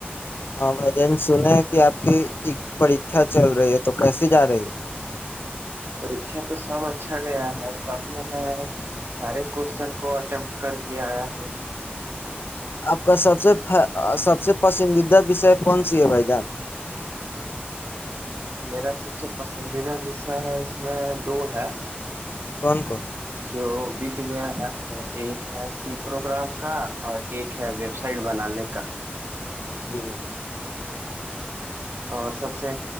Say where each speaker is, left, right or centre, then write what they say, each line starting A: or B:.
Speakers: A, on the left (about 65°); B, on the right (about 75°).
A: ہاں بھائی جین سنے ہیں کہ آپ کی ایک پریھا چل رہی ہے تو کیسے جا رہی ہے
B: پریچا تو سب اچھا گیا ہے سب میں میں سارے کوشچن کو اٹمپٹ کر کے آیا ہوں
A: آپ کا سب سے سب سے پسندیدہ وشے کون سی ہے بھائی جان
B: میرا سب سے پسندیدہ جصہ ہے میں دو ہے
A: کون کون
B: جو بیت گیا ہے ایک ہے سی پروگرام کا اور ایک ہے ویب سائٹ بنانے کا
A: جی
B: اور سب سے